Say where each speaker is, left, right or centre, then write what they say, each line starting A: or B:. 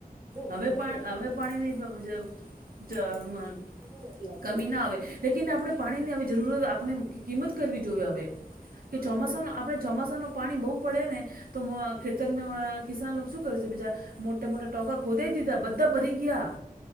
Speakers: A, on the right; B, on the right.
A: બ
B: હવે
A: સાચી
B: પાણ
A: વાત છે
B: હવે
A: તમે
B: પાણી ની <inaudible> જ
A: <inaudible>
B: કમી ના આવે લેકિન આપણે પાણીની હવે જરૂરત આપણે કિંમત કરવી જોઈએ હવે. કે
A: સાચી
B: ચોમાસા
A: વાત
B: માં
A: છે
B: આપણે ચોમાસા નું પાણી બહુ પડે ને તો ખેતરમાં કિસાન શું કરશે બીચાર મોટા મોટા <unintelligible> દીધા બધા ભરી ગયા.